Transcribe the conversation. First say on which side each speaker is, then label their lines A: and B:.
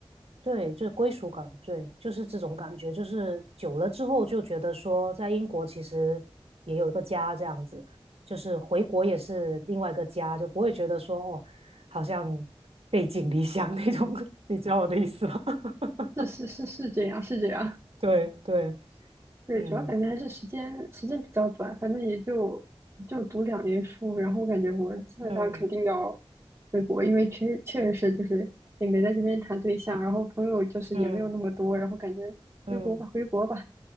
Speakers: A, on the right; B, on the right.
A: 对，就是归属感，对，就是这种感觉，就是久了之后就觉得说，在英国其实也有一个家这样子，就是回国也是另外一个家，就不会觉得说哦，好像背井离乡那种，<laughs> 你知道我的意思吗？
B: 是是是是这样，
A: <laughs>
B: 是这样。
A: 对对，
B: 对，
A: 嗯
B: 主要感觉还是时间时间比较短，反正也就也就读两年书，然后我感觉我基本上肯定要
A: 嗯
B: 回国，因为确确实是就是也没在这边谈对象，然后朋友就是也没有那么多，
A: 嗯
B: 然后感觉回国吧，
A: 嗯。
B: 回国吧。